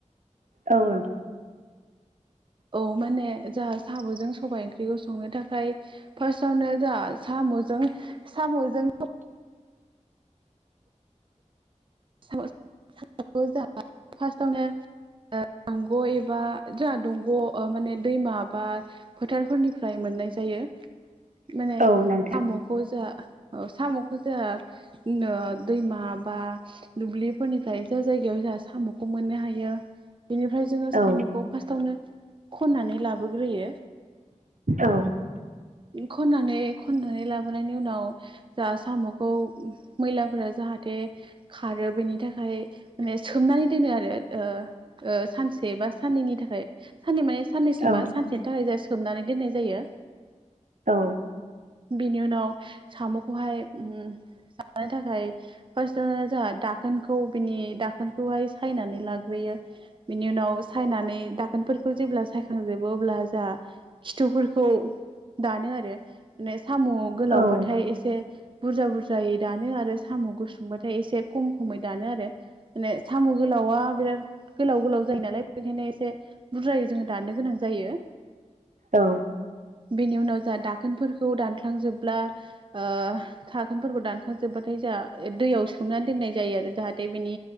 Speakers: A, on the right; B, on the right.
A: औ औ
B: औ माने जाहा साम'जों सबाइ ओंख्रिखौ संनो थाखाय फासावनो जाहा सा म'जों साम'जों
A: <inaudible>
B: <unintelligible> जाहा फासटाआवनो ओ दंग' एबा जाहा दंग' ओ माने दैमा बा फोथारफोरनिफ्राय मोन मोननाय जायो
A: <inaudible>
B: माने
A: नोंथां
B: सामुखौ जा सामुखौ जाहा दैमा बा दुब्लिफोरनिफ्राय जा जायगायाव जाहा साम'खौ मोननो हायो बिनिफ्राय जोङो साम'खौ
A: औ
B: फासटावनो खन्नानै लाबोग्रोयो
A: औ
B: खननानै खननानै लाबोनायनि उनाव जाहा साम'खौ मैलाफोरा जाहाथे आरो बेनि थाखाय माने सोमनानै दोनो आरो ओ ओ सानसे बा साननैनि थाखाय साननै माने साननै सोमा
A: औ
B: सानसेनि थाखायज सोमनानै दोननाय जायो
A: औ
B: बिनि उनाव साम'खौहाय ओम जानो थाखाय फार्स्टआवनो जाहा दाखोनखौ बिनि दाखोनखौहाय सायनानै लाग्रोयो बिनि उनाव सायनानै दाखोनफोरखौ जेब्ला सायखांजोबो अब्ला जाहा खिथुफोरखौ दानो आरो माने साम' गोलावबाथाय
A: औ
B: एसे बुरजा बुरजायै दानो आरो साम' गुसुंबाथाय एसे खम खमै दानो आरो माने साम' गोलावा बिराद गोलाव गोलाव जायो नालाय बेनिखायनो एसे बुरजायै जोङो दाननो गोनां जायो
A: औ
B: बेनि उनाव जा दाखोनफोरखौ दानख्लांजोबब्ला ओ दाखोनफोरखौ दानखांजोबबाथाय जा दैयाव सोमनानै दोननाय जायो आरो जाहाथे बिनि